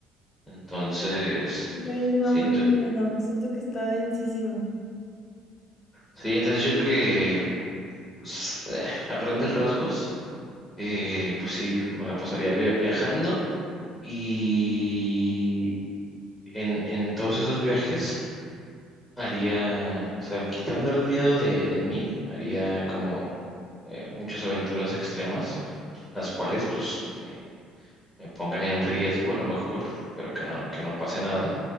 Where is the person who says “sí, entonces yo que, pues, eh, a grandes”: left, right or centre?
Centre